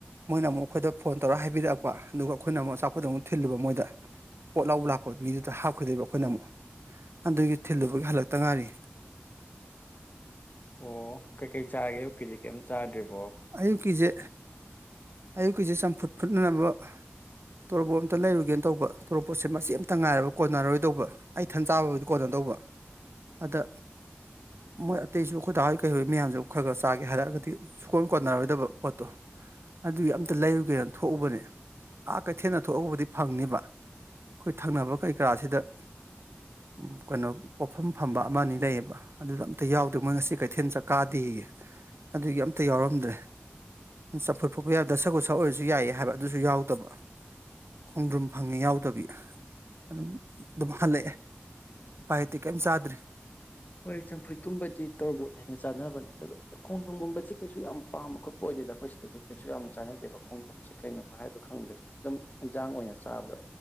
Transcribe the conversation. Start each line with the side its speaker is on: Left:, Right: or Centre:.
Right: ꯃꯣꯏꯅ ꯑꯃꯨꯛ ꯑꯩꯈꯣꯏꯗ ꯐꯣꯟ ꯇꯧꯔ ꯍꯥꯏꯕꯤꯔꯛꯄ ꯑꯗꯨꯒ ꯑꯩꯈꯣꯏꯅ ꯑꯃꯨꯛ ꯑꯆꯥꯄꯣꯠꯇꯣ ꯑꯃꯨꯛ ꯊꯤꯜꯂꯨꯕ ꯃꯣꯏꯗ ꯄꯣꯠ ꯂꯧꯕ ꯂꯥꯛꯄ ꯃꯤꯗꯨꯗ ꯍꯥꯞꯈꯤꯗꯣꯏꯕ ꯑꯩꯈꯣꯏꯅ ꯑꯃꯨꯛ ꯑꯗꯨꯒꯤ ꯊꯤꯜꯂꯨꯕꯒꯤ ꯍꯜꯂꯛꯇꯥ ꯉꯥꯏꯔꯤ
Left: ꯑꯣ ꯀꯩ ꯀꯩ ꯆꯥꯔꯥꯒꯦ ꯑꯌꯨꯛꯀꯤꯗꯤ ꯀꯩꯝ ꯆꯥꯗ꯭ꯔꯤꯕ
Right: ꯑꯌꯨꯛꯀꯤꯖꯦ ꯑꯌꯨꯛꯀꯤꯖꯦ ꯆꯝꯐꯨꯠ ꯐꯨꯠꯅꯅꯕ ꯇꯣꯔꯣꯕꯣꯠ ꯑꯝꯇꯥ ꯂꯩꯔꯨꯒꯦꯅ ꯇꯧꯕ ꯇꯣꯔꯣꯄꯣꯠꯁꯦ ꯃꯆꯦꯝꯇꯥ ꯉꯥꯏꯔꯕ ꯀꯣꯟꯅꯔꯣꯏꯗꯧꯕ ꯑꯩ ꯊꯟ ꯆꯥꯕꯑꯣꯏꯗꯤ ꯀꯣꯟꯗꯧꯕ ꯑꯗꯥ ꯃꯣꯏ ꯑꯇꯩꯁꯨ ꯑꯩꯈꯣꯏ ꯗꯥ ꯍꯣꯏ ꯀꯩꯍꯣꯏ ꯃꯌꯥꯝꯁꯨ ꯈꯥꯒꯥ ꯆꯥꯒꯦ ꯍꯥꯏꯔꯛꯑꯒꯗꯤ ꯁꯨꯀꯣꯟ ꯀꯣꯟꯅꯔꯣꯏꯗꯕ ꯄꯣꯠꯇꯣ ꯑꯗꯨꯒꯤ ꯑꯃꯇꯥ ꯂꯩꯔꯨꯒꯦꯅ ꯊꯣꯛꯎꯕꯅꯦ ꯑꯥ ꯀꯩꯊꯦꯟꯗ ꯊꯣꯛꯑꯥꯕꯨꯗꯤ ꯐꯪꯅꯤꯕ ꯑꯩꯈꯣꯏ ꯊꯪꯅꯕ ꯀꯩ ꯀꯥꯁꯤꯗ ꯎꯝ ꯀꯩꯅꯣ ꯄꯣꯛꯐꯝ ꯐꯝꯕ ꯑꯃꯥ ꯑꯅꯤ ꯂꯩꯌꯦꯕ ꯑꯗꯨꯗ ꯑꯝꯇꯥ ꯌꯥꯎꯗ ꯃꯣꯏ ꯉꯁꯤ ꯀꯩꯊꯦꯜ ꯆꯠ ꯀꯥꯗꯦꯌꯦ ꯑꯗꯨꯒꯤ ꯑꯝꯇꯥ ꯌꯥꯎꯔꯝꯗ꯭ꯔꯦ ꯆꯝꯐꯨꯠ ꯐꯨꯠꯄ ꯌꯥꯕ ꯗꯁꯥ ꯀꯨꯁꯥ ꯑꯣꯏꯔꯁꯨ ꯌꯥꯏꯌꯦ ꯍꯥꯏꯕ ꯑꯗꯨꯁꯨ ꯌꯥꯎꯗꯕ ꯈꯣꯡꯗ꯭ꯔꯨꯝ ꯐꯪꯉꯤ ꯌꯥꯎꯗꯕꯤ ꯑꯗꯨꯝ ꯑꯗꯨꯝ ꯍꯜꯂꯛꯑꯦ ꯎꯄꯥꯏ ꯂꯩꯇꯦ ꯀꯩꯝ ꯆꯥꯗ꯭ꯔꯤ
Left: ꯍꯣꯏ ꯆꯝꯐꯨꯠꯀꯨꯝꯕꯗꯤ ꯇꯣꯔꯣꯕꯣꯠꯅ ꯍꯦꯟꯅ ꯆꯥꯅꯕꯅꯦ ꯑꯗꯨꯒ ꯈꯣꯡꯗ꯭ꯔꯨꯝ ꯒꯨꯝꯕꯖꯦ ꯀꯩꯁꯨ ꯌꯥꯝ ꯄꯥꯝꯕ ꯈꯣꯠꯄ ꯑꯣꯏꯗꯦꯗ ꯑꯩꯈꯣꯏ ꯁꯤꯗꯗꯤ ꯀꯩꯁꯨ ꯌꯥꯝ ꯆꯥꯟꯅꯗꯦꯕ ꯈꯣꯡꯗ꯭ꯔꯨꯝ ꯁꯤ ꯀꯩꯅꯣ ꯍꯥꯏꯕ ꯈꯪꯗꯦ ꯑꯗꯨꯝ ꯑꯦꯟꯖꯥꯡ ꯑꯣꯏꯅ ꯆꯥꯕꯗ